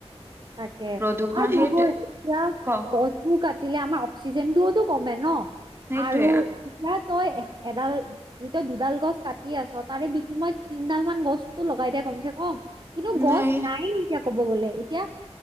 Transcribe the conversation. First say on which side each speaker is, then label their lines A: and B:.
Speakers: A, on the right; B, on the right.
A: তাকে
B: প্ৰদূষণ
A: আৰু
B: সেইটোৱে
A: নহয় এতিয়া
B: ক
A: গছ বোৰ কাটিলে আমাৰ অক্সিজেন টোওতো কমে ন
B: সেইটোৱে
A: আৰু না তই এশ এডাল যদি তই দুডাল গছ কাটি আছো তাৰে বিষময়ত তিনডাল মান গছতো লগাই দে কমছে কম। কিন্তু গছ
B: নাই
A: নাইয়ে এতিয়া ক'ব গ'লে এতিয়া